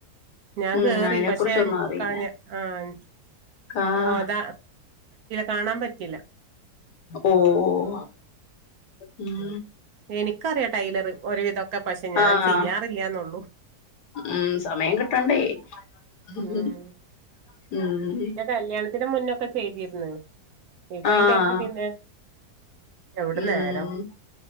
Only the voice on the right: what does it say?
ഞാൻ
കേറി
പക്ഷെ
ക ആഹ്
ഗോത കാണാൻ പറ്റില്ല
എനിക്കറിയാം ടൈലർ ഒരുവിധൊക്കെ, പക്ഷെ ഞാൻ
ചെയ്യാറില്ലന്നുള്ളൂ
ഉം പിന്നെ കല്യാണത്തിന് മുന്നൊക്കെ ചെയ്തിര്ന്ന്. ഇപ്പൊ അയിന്റെ
ശേഷം പിന്നെ എവിട
നേരം